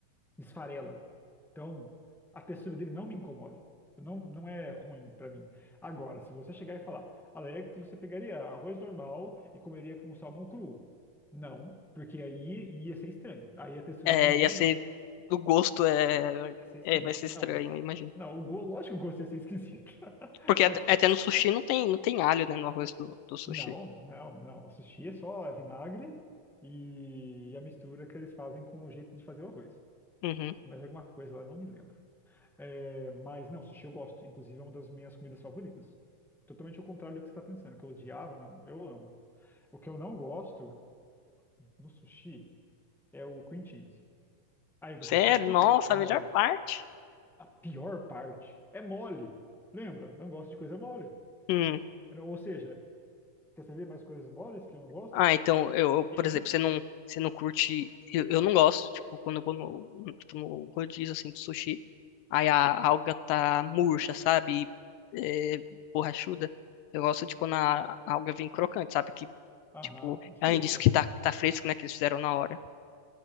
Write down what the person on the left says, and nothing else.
É,
ia ser. O gosto é,
é. Vai ser estranho,
eu imagino.
Porque até,
até no sushi não tem, não tem alho, né? No arroz do, do sushi.
Uhum.
Sério?
Nossa,
a
melhor parte.
Hum.
Ah, então, eu, eu,
por exemplo, você não, você não curte. Eu, eu não gosto, tipo, quando eu vou no, no- tipo, no rodízio assim de sushi, aí a alga tá murcha, sabe? E, É, borrachuda. Eu gosto de quando a alga vem crocante, sabe? Que,
tipo,
além disso que tá, tá fresco, né? Que eles fizeram na hora.